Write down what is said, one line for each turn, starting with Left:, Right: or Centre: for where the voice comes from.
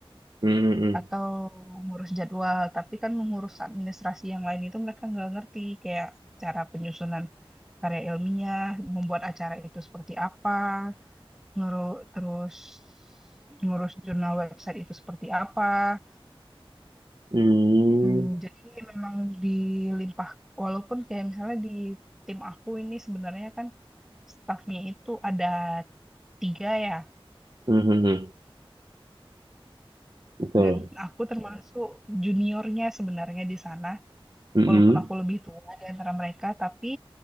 Right: Mhm. mhm.
Centre: atau ngurus jadwal tapi kan ngurus administrasi yang lain itu mereka nggak ngerti kayak cara penyusunan karya ilmiah membuat acara itu seperti apa ngurus terus ngurus jurnal website itu seperti apa
Right: Hmm.
Centre: Hmm, jadi memang dilimpah walaupun kayak misalnya di tim aku ini sebenarnya kan stafnya itu ada tiga ya
Right: Mhm. mhm. Betul.
Centre: dan aku termasuk juniornya sebenarnya di sana
Right: Mhm.
Centre: walaupun aku lebih tua di antara mereka, tapi